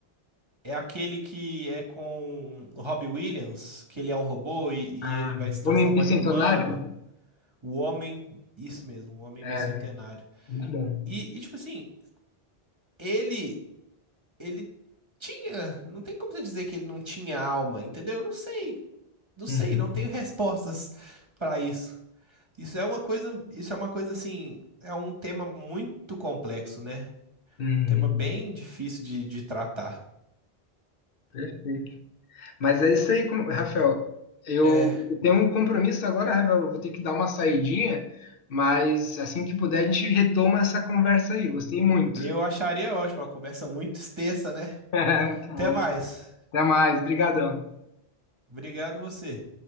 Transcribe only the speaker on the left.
Ah,
Homem Bicentenário?
É,
muito bom.
Uhum,
uhum.
Perfeito. Mas é isso aí, com- Rafael. Eu
eu tenho um compromisso agora, Rafael. eu Vou ter que dar uma saidinha, mas assim que puder, a gente retoma essa conversa aí. Gostei muito.
<laughs> Muito
bom.
Até mais. Obrigadão.